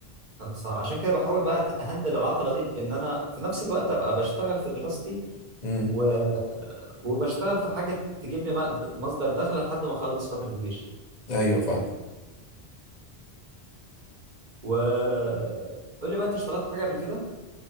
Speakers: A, on the right; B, on the left.
A: انا صعب عشان كده بحاول بقى أت- اهندل العطله دي بان انا في نفس الوقت ابقى بشتغل في دراستي
B: امم
A: و... وبشتغل في حاجه تجيب لي مقد- مصدر دخل لحد ما اخلص فتره جيشي
B: ايوه فاهم
A: و قول لي بقى انت اشتغلت حاجه قبل كده